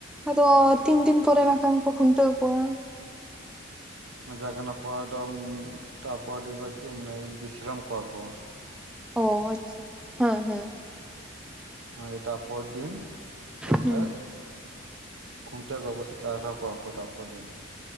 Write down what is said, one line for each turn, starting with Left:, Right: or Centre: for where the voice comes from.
Centre: ᱟᱫᱚ ᱛᱤᱱ ᱫᱤᱱ ᱯᱚᱨᱮ ᱱᱟᱠᱷᱟᱱ ᱠᱚ ᱠᱷᱩᱱᱴᱟᱹᱣ ᱠᱚᱣᱟ?
Right: ᱡᱟᱜᱟᱱᱟ ᱯᱚᱨ ᱫᱚ ᱛᱟᱨᱯᱚᱨ ᱫᱤᱱ ᱠᱷᱚᱡ ᱢᱟᱱᱮ ᱵᱤᱥᱨᱟᱢ ᱠᱚᱣᱟ ᱠᱚ ᱾
Centre: ᱚ ᱟᱪᱪᱷᱟ ᱦᱮᱸ ᱦᱮᱸ ᱾
Right: ᱚᱱᱟ ᱜᱮ ᱛᱟᱨᱯᱚᱨ ᱫᱤᱱ ᱛᱟᱯᱚᱨᱮᱜ
Centre: ᱦᱮᱸ
Right: ᱠᱷᱩᱱᱴᱟᱹᱣ ᱠᱚᱣᱟ ᱠᱚ ᱥᱮ ᱪᱟᱨᱦᱟᱣ ᱠᱚᱣᱟ ᱠᱚ ᱛᱟᱨᱯᱚᱨ ᱫᱤᱱ ᱾